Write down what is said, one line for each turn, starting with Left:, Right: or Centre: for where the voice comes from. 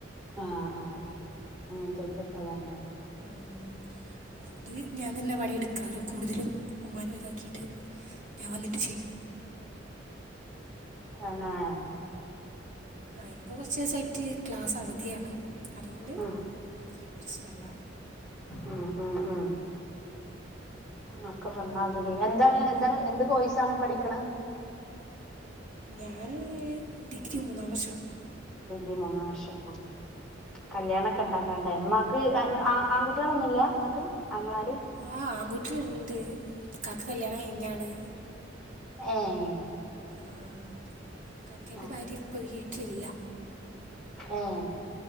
Centre: ആഹ് ആഹ് ആഹ് അങ്ങനത്തൊല്ക്കൊക്കെ അതാ ഇണ്ടാവ
Right: ഉം അതോണ്ട് ഞാൻ തന്നെ പണി ഇട്ക്കാറ് കൂടുതലും ഉമ്മാനെ ഒഴിവാക്കീട്ട് ഞാൻ വന്നിട്ട് ചെയ്യും
Centre: തന്നെ
Right: ആഹ് ഇപ്പോ കൊറച്ച് ദിവസായിട്ട് ക്ലാസ് അവധിയാണ് അതോണ്ട്
Centre: ഉം
Right: പ്രശ്നല്ല
Centre: ഉം ഉം ഉം ഒക്കെ പറഞ്ഞാതിരി എന്താണ് എന്താണ് എന്ത് കോയ്സാണ് പഠിക്ക്ണെ
Right: ഞാന് ഡിഗ്രി മൂന്നാം വർഷം
Centre: ഡിഗ്രി മൂന്നാം വർഷം ഉം കല്യാണംക്കെ ഉണ്ടാക്കാണ്ടേ മമാക്ക് ആൺകുട്ടികളൊന്നുല്ല ഇങ്ങക്ക് ആങ്ങളാര്
Right: ആഹ് ആൺകുട്ടിളുണ്ട് കാക്ക് കല്യാണം കഴിഞ്ഞാണ്
Centre: ഏഹ്
Right: ആഹ് ഇകാക്കേന്റെ
Centre: ആ
Right: ഭാര്യ ഇപ്പൊ വീട്ടിലില്ല
Centre: ഉം